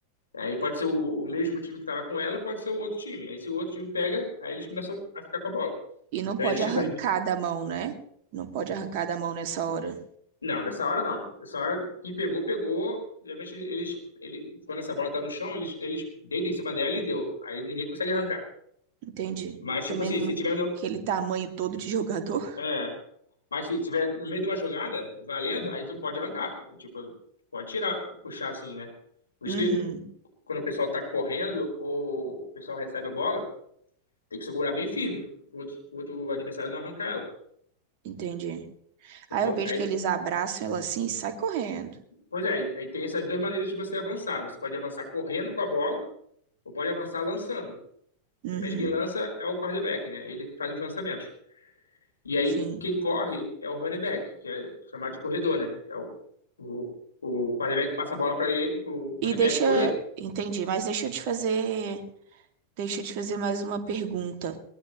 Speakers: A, on the left; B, on the right.
A: Aí pode ser o, o mesmo time que estava com ela, pode ser o outro time. Aí se o outro time pega, aí eles começam a ficar com a bola.
B: E não
A: Então
B: pode
A: existe
B: arrancar
A: essas.
B: da mão, né? Não pode arrancar da mão nessa hora.
A: Não, nessa hora não. Nessa hora, quem pegou, pegou. Geralmente eles. Ele, quando essa bola tá no chão, eles, eles deitam em cima dela e deu. Aí ninguém consegue arrancar.
B: Entendi.
A: Mas,
B: Ah, Também
A: tipo assim,
B: não...
A: se tiver no.
B: aquele tamanho todo de jogador. <laughs>
A: É, mas se tiver no meio de uma jogada, valendo, aí tu pode arrancar. Tipo, pode tirar, puxar assim, né? Por
B: Uhum.
A: isso que quando o pessoal tá correndo ou o pessoal recebe a bola, tem que segurar bem firme pro outro, pro outro adversário não arrancar ela.
B: Entendi.
A: Entendeu?
B: Aí eu vejo
A: Aí,
B: que eles abraçam ela assim e sai correndo.
A: pois é, aí aí tem essas duas maneiras de você avançar. Você pode avançar correndo com a bola ou pode avançar lançando.
B: Uhum.
A: Geralmente quem lança é o quarterback, né? Ele que faz os lançamentos. E aí
B: Sim.
A: quem corre é o running back, que é chamado de corredor, né? É o, o, o quarterback passa a bola para o running
B: E deixa.
A: back correr.
B: Entendi, mas deixa eu te fazer Deixa eu te fazer mais uma pergunta.